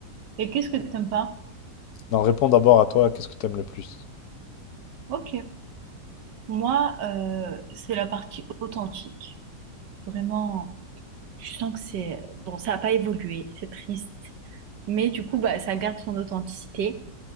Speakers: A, on the right; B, on the left.
A: Et qu'est-ce que t'aimes pas?
B: Non, réponds d'abord à toi, qu'est-ce que t'aimes le plus?
A: Ok. Moi, euh, c'est la partie authentique. Vraiment, je sens que c'est... Bon, ça n'a pas évolué, c'est triste. Mais du coup, bah, ça garde son authenticité